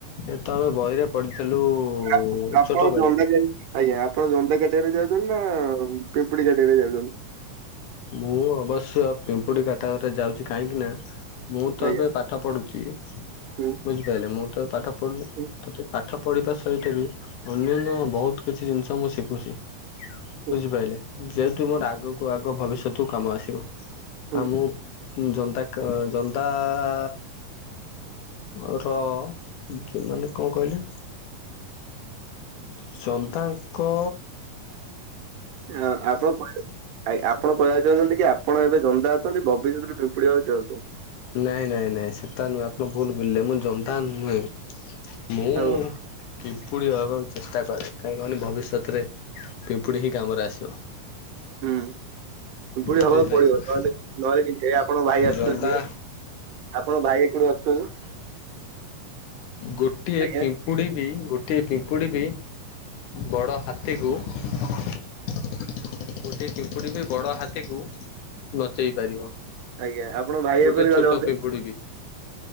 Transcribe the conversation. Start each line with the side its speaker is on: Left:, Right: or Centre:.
Left: ଏତ ଆମ ବହିରେ ପଢ଼ିଥିଲୁ ଉ
Right: ଆପ-
Left: ଉ
Right: ଆପଣ
Left: ଛୋଟ
Right: ଜନ୍ଦା
Left: ବେଳେ।
Right: କା ଆଜ୍ଞା ଆପଣ ଜନ୍ଦା କାଟାଗୋରି ରେ ଯାଉଛନ୍ତି ନା ପିମ୍ପୁଡି କାଟାଗୋରିରେ ଯାଉଛନ୍ତି?
Left: ମୁଁ ଅବଶ୍ୟ ପିମ୍ପୁଡି କାଟାଗୋରୀରେ ଯାଉଚି କାହିଁକି ନା ମୁଁ ତ
Right: ଆଜ୍ଞା
Left: ଏବେ ପାଠ ପଢୁଚି
Right: ହୁଁ
Left: ବୁଝିପାରିଲେ ମୁଁ ତ ଏବେ ପାଠ ପଢୁଚି
Right: ହୁଁ
Left: ପାଠ ପଢ଼ିବା ସହିତ ବି ଅନ୍ୟାନ୍ୟ ବହୁତ କିଛି ଜିନିଷ ମୁଁ ଶିଖୁଚି
Right: ହୁଁ
Left: ବୁଝିପାଇଲେ। ଯେହେତୁ ମୋର ଆଗକୁ ଆଗ ଭବିଷ୍ୟତକୁ କାମ ଆସିବ
Right: ହୁଁ
Left: ଆଉ ମୁଁ ଜନ୍ଦା କା ଜନ୍ଦା ଆ ଆ ର ନିଜେ ନହେଲେ କଣ କହିଲେ ଜନ୍ଦା ଙ୍କ
Right: ଆଉ ଆପଣ ଆପଣ କହିବାକୁ ଚାହୁଛନ୍ତି କି ଆପଣ ଏବେ ଜନ୍ଦା ଅଛନ୍ତି ଭବିଷ୍ୟତ ରେ ପିମ୍ପୁିଡି ହେବାକୁ ଚାହୁଁଚନ୍ତି।
Left: ନାଇଁ, ନାଇଁ, ନାଇଁ, ସେଟା ନୁହେଁ, ଆପଣ ଭୁଲ ବୁଲିଲେ, ମୁଁ ଜନ୍ଦା ନୁହେଁ। ମୁଁ
Right: ହବ
Left: ପିମ୍ପୁଡ଼ି ହବାକୁ ଚେଷ୍ଟା କରେ, କାହିଁ କନି ଭବିଷ୍ୟତରେ ପିମ୍ପୁଡ଼ି ହିଁ କାମରେ ଆସିବ।
Right: ହୁଁ, ପିମ୍ପୁଡ଼ି
Left: ବୁଝିପାରିଲେ
Right: ହବାକୁ ପଡିବ, ନହେଲେ ନହେଲେ ହେଇ ଆପଣଙ୍କ ଭାଇ ଆସୁଛନ୍ତି।
Left: ଜନ୍ଦା
Right: ଆପଣ ଭାଇ ଏ କୋଉଠୁ ଅଛନ୍ତି।
Left: ଗୋଟିଏ
Right: ଆଜ୍ଞା
Left: ପିମ୍ପୁଡ଼ି ବି ଗୋଟିଏ ପିମ୍ପୁଡ଼ି ବି। ବଡ଼ ହାତୀକୁ ଗୋଟେ ପିମ୍ପୁଡ଼ି ବି ବଡ ହାତୀକୁ ନଚେଇ ପାରିବ।
Right: ଆଜ୍ଞା ଆପଣଙ୍କ ଭାଇ
Left: ଗୋଟେ
Right: ଏପରି ଗଲେ
Left: ଛୋଟ
Right: ବୋଧେ
Left: ପିମ୍ପୁଡି ବି।